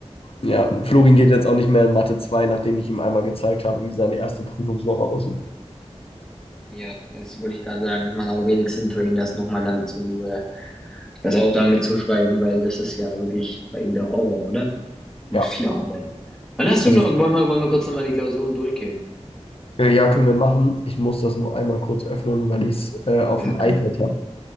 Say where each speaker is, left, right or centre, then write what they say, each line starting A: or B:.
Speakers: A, on the left; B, in the centre.
A: ja, Florin geht jetzt auch nicht mehr in Mathe 2, nachdem ich ihm einmal gezeigt habe, wie seine erste Prüfungswoche aussieht.
B: Ja, das wollte ich gerade sagen. Es macht auch wenig Sinn für ihn, das nochmal dann zu, äh, das auch damit zu schreiben, weil das ist ja wirklich bei ihm der Horror, oder? Mit
A: Ja,
B: vier Arbeiten. Wann hast
A: also
B: du noch, wollen wir, wollen wir kurz nochmal die Klausuren durchgehen?
A: äh, ja, können wir machen. Ich muss das nur einmal kurz öffnen, weil ich es äh, auf
B: Gar
A: dem
B: kein
A: iPad
B: Problem.
A: habe.